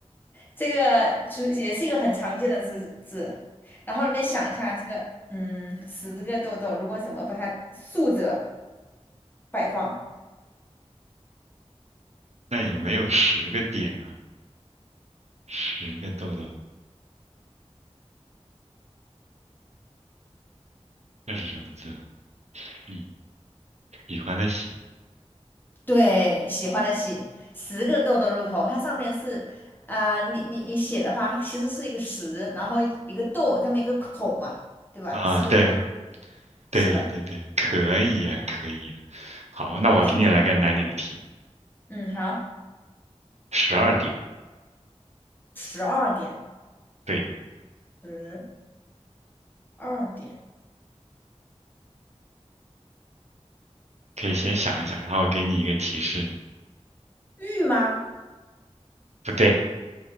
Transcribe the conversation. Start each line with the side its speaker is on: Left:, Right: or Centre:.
Left: 这个就是也是一个很常见的字字。然后你想一下，这个嗯，十个豆豆，如果怎么把它竖着摆放？
Right: 那也没有十个点啊，十个豆豆，这是什么字？嗯，喜欢的喜
Left: 对，喜欢的喜，十个豆豆入口，它上面是啊、呃你你你写的话，它其实是一个十，然后一个豆，这么一个口嘛，对吧？
Right: 啊，
Left: 十个豆豆入口，
Right: 对对对对，
Left: 是的，
Right: 可以呀、可以呀、好，那我给你来个难点的题，
Left: 聪明聪明，嗯，好，
Right: 十二点，
Left: 十二点，
Right: 对，
Left: 十二点，
Right: 可以先想一想，然后我给你一个提示。
Left: 玉吗？
Right: 不对，